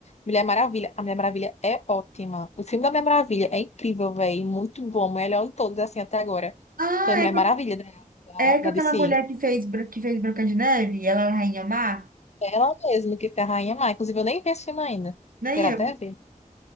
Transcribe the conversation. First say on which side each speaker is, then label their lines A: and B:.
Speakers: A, on the left (about 50°); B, on the right (about 80°).
A: Mulher Maravilha. A Mulher Maravilha é ótima. O filme da Mulher Maravilha é incrível, velho. Muito bom. Melhor de todos, assim, até agora.
B: Ah,
A: Foi Mulher
B: é com,
A: Maravilha da, da,
B: é
A: da
B: com aquela
A: DC.
B: mulher que fez, Bran- que fez Branca de Neve, ela era a Rainha Má,
A: Ela mesma que foi a Rainha lá. Inclusive, eu nem vi esse filme ainda.
B: né?
A: Quero
B: E, eu-
A: até ver.